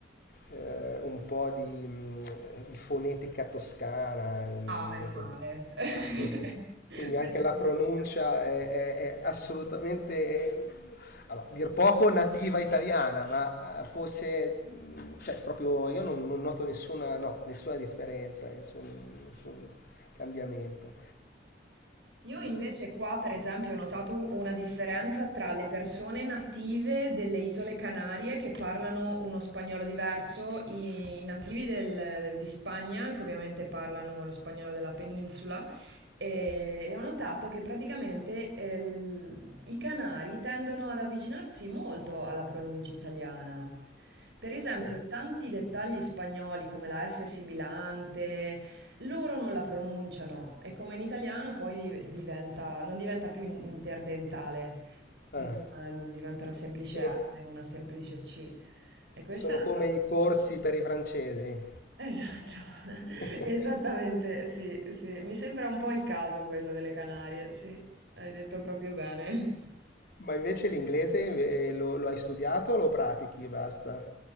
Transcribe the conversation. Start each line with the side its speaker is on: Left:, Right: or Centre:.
Left: eh, un po' di, mh, di fonetica toscana, mh,
Right: Ah, meno male. <laughs>
Left: quindi,
Right: Questo
Left: quindi anche la
Right: mi
Left: pronuncia
Right: piace.
Left: è, è- è assolutamente, è- allora, dir poco nativa italiana, ma eh, fosse, mh, cioè proprio io non, non noto nessuna, no, nessuna differenza, nessun, nessun cambiamento.
Right: Io invece qua, per esempio, ho notato una differenza tra le persone native delle Isole Canarie che parlano uno spagnolo diverso, i i nativi del- di Spagna che ovviamente parlano lo spagnolo della penisola e, e ho notato che praticamente eh, l- i canari tendono ad avvicinarsi molto alla pronuncia italiana. Per esempio,
Left: Sì.
Right: tanti dettagli spagnoli come la S sibilante, loro non la pronunciano e come in italiano poi di- diventa, non diventa più in- interdentale,
Left: Ah,
Right: mm, eh, diventa una semplice
Left: sono
Right: S o una semplice C. E questa
Left: sono
Right: è una
Left: come
Right: cosa...
Left: i corsi per i francesi.
Right: Esatto, <laughs>
Left: <laughs>
Right: esattamente, sì, sì. Mi sembra un po' il caso quello delle Canarie, sì, hai detto proprio bene.
Left: Ma invece l'inglese eh, lo, lo hai studiato o lo pratichi e basta?